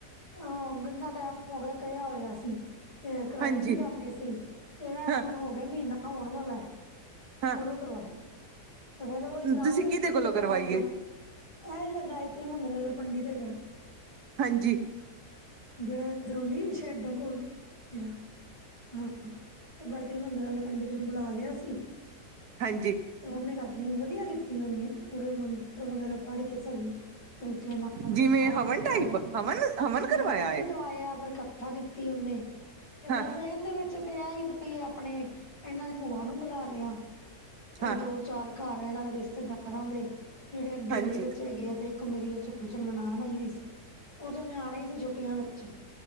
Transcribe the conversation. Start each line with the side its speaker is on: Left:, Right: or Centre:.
Left: ਅਹ ਕਿੰਨਾ ਟੈਮ ਹੋ ਗਿਆ, ਕਿਹਾ ਹੋਇਆ ਸੀ। ਤੇ ਕਰਾਈ
Right: ਹਾਂਜੀ
Left: ਨੀ ਜਾਂਦੀ ਸੀ, ਤੇ
Right: ਹਾਂ
Left: ਹੁਣ ਹੋ ਗਿਆ, ਮਹੀਨਾ ਹੋਣ ਵਾਲੈ।
Right: ਹਾਂ
Left: ਉਦੋਂ ਕਰਵਾਈ ਐ, ਤੇ ਫੇਰ ਉਹੀ ਕਰਾਉਣੀ
Right: ਤੁਸੀਂ
Left: ਹੁੰਦੀ
Right: ਕਿਹਦੇ ਕੋਲੋਂ
Left: ਤੇ
Right: ਕਰਵਾਈਏ
Left: ਫੇਰ ਉਹਨਾਂ। ਇਹ ਜਿਹੜਾ ਗਾਇਤਰੀ ਮੰਦਰ ਵਾਲਾ ਪੰਡਿਤ ਹੈਗੈ।
Right: ਹਾਂਜੀ।
Left: ਜਿਹੜਾ ਇਧਰੋਂ ਦੀ ਸ਼ੈਡਾਂ ਕੋਲ, ਹੈਗਾ। ਹਾਂ ਤੇ ਗਾਇਤਰੀ ਮੰਦਰ ਵਾਲੇ ਪੰਡਿਤ ਨੂੰ ਬੁਲਾ ਲਿਆ ਸੀ।
Right: ਹਾਂਜੀ।
Left: ਤੇ ਉਹਨੇ ਕਰ ਲਈ, ਵਧੀਆ ਕੀਤੀ ਉਹਨੇ, ਪੂਰੇ ਮੰਤਰ ਵਗੈਰਾ ਪੜ ਕੇ ਸਹੀ। ਤਰੀਕੇ ਨਾਲ
Right: ਜਿਵੇਂ
Left: ਹਵਨ ਵੀ ਕਰਾਇਆ।
Right: ਟਾਈਪ ਹਵਨ
Left: ਹਾਂਜੀ
Right: ਕਰਵਾਇਆ
Left: ਹਵਨ ਵੀ
Right: ਹੈ
Left: ਕਰਵਾਇਆ ਫਿਰ ਕੱਥਾ ਕੀਤੀ ਉਹਨੇ ਤੇ
Right: ਹਾਂ
Left: ਬਸ ਇਹਦੇ ਵਿੱਚ। ਤੇ ਇਹ ਹੀ ਬਈ ਆਪਣੇ, ਇਹਨਾਂ ਦੇ ਭੂਆ ਨੂੰ ਬੁਲਾ ਲਿਆ। ਤੇ
Right: ਹਾਂ
Left: ਦੋ ਚਾਰ ਘਰ ਇਹਨਾਂ ਦੇ ਰਿਸ਼ਤੇਦਾਰਾਂ ਦੇ, ਜਿਹੜੇ ਅੱਗੇ
Right: ਹਾਂਜੀ
Left: ਗਈ <unintelligible> ਵੱਛੇ ਹੈਗੇ ਆ ਤੇ ਮੇਰੀ ਉਹ ਚ <unintelligible> ਨਨਾਣ ਆਈ ਹੋਈ ਸੀ, ਉਦੋਂ ਓਣੇ ਆਉਣਾ ਹੀ ਸੀ ਛੁਟੀਆਂ। ਅੱਛਾ,